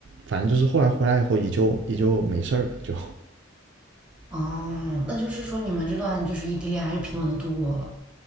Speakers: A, on the right; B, in the centre.
A: 反正就是后来回来以后也就也就没事儿了，就
B: 哦，那就是说你们这段就是异地恋还是平稳的度过了，